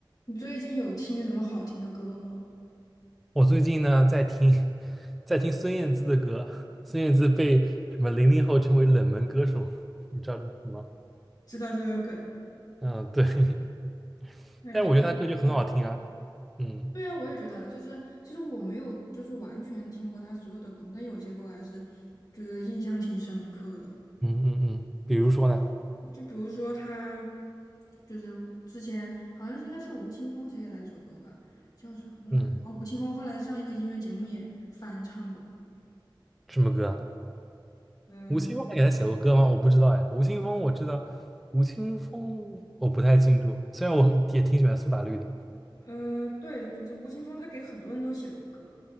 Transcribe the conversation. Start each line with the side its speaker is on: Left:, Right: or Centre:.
Left: 你最近有听什么好听的歌吗？
Centre: 我最近呢在听，<laughs> 在听孙燕姿的歌，<laughs> 孙燕姿被什么零零后称为冷门歌手，你知道这是什么？
Left: 知道这个梗，
Centre: 嗯，对，<laughs>
Left: 哎呀，
Centre: 但是我觉得她歌就很好听啊，嗯
Left: 对啊，我也觉得啊，就是其实我没有就是完全听过他所有的歌嘛但有些歌我还是就是印象挺深刻的。
Centre: 嗯嗯嗯，比如说呢，
Left: 就比如说他就是吴之前好像是应该是吴青峰写给他一首歌吧，叫什么来着？
Centre: 嗯，
Left: 哦，吴青峰后来上一个音乐节目也翻唱过。
Centre: 什么歌啊
Left: 嗯，
Centre: 吴青峰还给她写过歌吗？我不知道哎，吴青峰我知道，
Left: 对，
Centre: 吴青峰我不太清楚，虽然我也挺喜欢苏打绿的，
Left: 呃，对，就是吴青峰，他给很多人都写过歌。